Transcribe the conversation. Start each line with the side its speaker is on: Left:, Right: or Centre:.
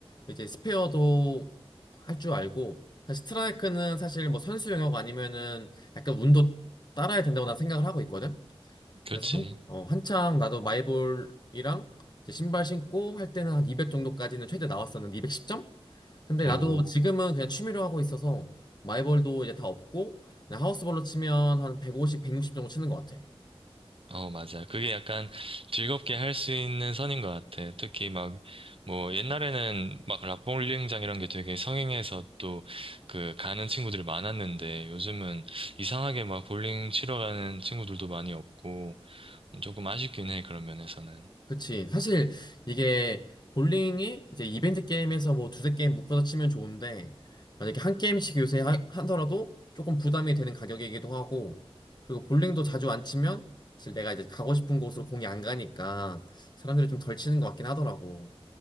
Left: 이제 스페어도 할 줄 알고 사실 스트라이크는 사실 뭐 선수 영역 아니면은 약간 운도 따라야 된다고 난 생각을 하고 있거든.
Right: 그치.
Left: 그래서 한, 어, 한창 나도 마이볼이랑 이제 신발 신고 할 때는 한 200 정도까지는 최대 나왔었는데 210점? 근데
Right: 오.
Left: 나도 지금은 그냥 취미로 하고 있어서 마이벌도 이제 다 없고 그냥 하우스볼로 치면 한 150, 160 정도 치는 것 같아.
Right: 어, 맞아. 그게 약간 즐겁게 할 수 있는 선인 것 같아. 특히 막, 뭐, 옛날에는 막 락볼링장 이런 게 되게 성행해서 또 그 가는 친구들이 많았는데 요즘은 이상하게 막 볼링 치러 가는 친구들도 많이 없고 조금 아쉽긴 해, 그런 면에서는.
Left: 그치. 사실 이게 볼링이 이제 이벤트 게임에서 뭐 두세 게임 묶어서 치면 좋은데 만약에 한 게임씩 요새 하, 하더라도 조금 부담이 되는 가격이기도 하고 그리고 볼링도 자주 안 치면 사실 내가 이제 가고 싶은 곳으로 공이 안 가니까 사람들이 좀 덜 치는 것 같긴 하더라고.